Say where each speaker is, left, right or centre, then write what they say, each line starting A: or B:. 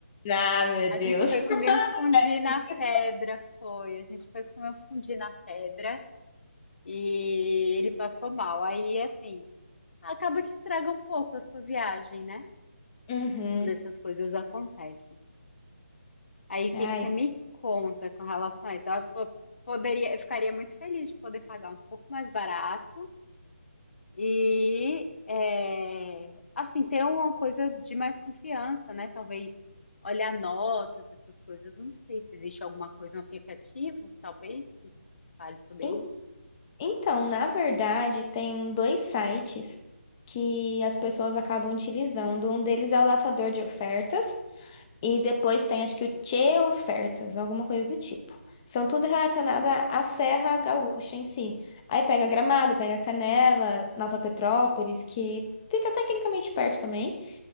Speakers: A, on the left; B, on the left.
A: Ah, meu
B: A
A: Deus.
B: gente foi comer
A: <laughs>
B: um fundi na pedra, foi. A gente foi comer um fundi na pedra. e ele passou mal. Aí, assim, acaba que estraga um pouco a sua viagem, né?
A: Uhum.
B: Quando essas coisas acontecem. Aí, o
A: Ai.
B: que que você me conta com relação a isso? Eu po- poderia, eu ficaria muito feliz de poder pagar um pouco mais barato e, é, assim, ter uma coisa de mais confiança, né? Talvez olhar notas, essas coisas. Não sei se existe alguma coisa, um aplicativo, talvez, que fale sobre
A: en-
B: isso.
A: Então, na verdade, tem dois sites que as pessoas acabam utilizando. Um deles é o Laçador de Ofertas e depois tem, acho que o Tchê Ofertas, alguma coisa do tipo. São tudo relacionado à à Serra Gaúcha em si. Aí pega Gramado, pega Canela, Nova Petrópolis, que fica tecnicamente perto também.